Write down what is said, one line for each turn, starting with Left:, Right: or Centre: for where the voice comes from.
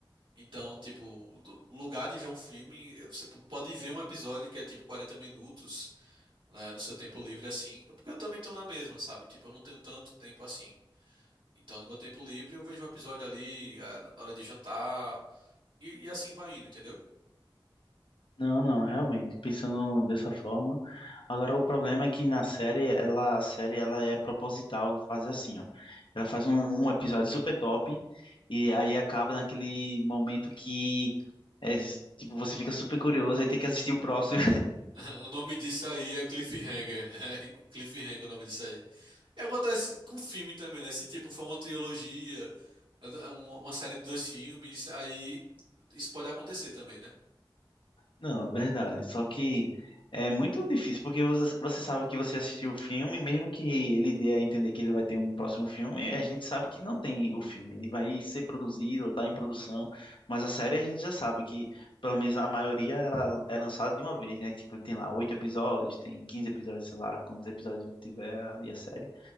Right: Então, tipo, do lugar de ver um filme, eh, você p- pode ver um episódio que é tipo 40 minutos, né, no seu tempo livre assim, porque eu também tô na mesma, sabe? Tipo, eu não tenho tanto tempo assim. Então, no meu tempo livre, eu vejo um episódio ali, ah, na hora de jantar, e, e assim vai indo, entendeu?
Left: Não, não, realmente, pensando dessa forma. Agora, o problema é que na série, ela, a série, ela é proposital fazer assim, ó. Ela faz um, um episódio super top e aí acaba naquele momento que é, tipo, você fica super curioso e tem que assistir o próximo
Right: <laughs> O nome disso aí é Cliffhanger. <laughs> É Cliffhanger é o nome disso aí. E acontece com filme também, né? Se tipo for uma trilogia, é um- uma série de dois filmes, aí isso pode acontecer também, né?
Left: Não, verdade. Só que é muito difícil, porque você, você sabe que você assistiu o filme, mesmo que ele dê a entender que ele vai ter um próximo filme, a gente sabe que não tem o filme. Ele vai ser produzido ou tá em produção, mas a série a gente já sabe que, pelo menos a maioria, ela é lançada de uma vez, né? Tipo, tem lá oito episódios, tem 15 episódios, sei lá, quantos episódios tiver ali a série.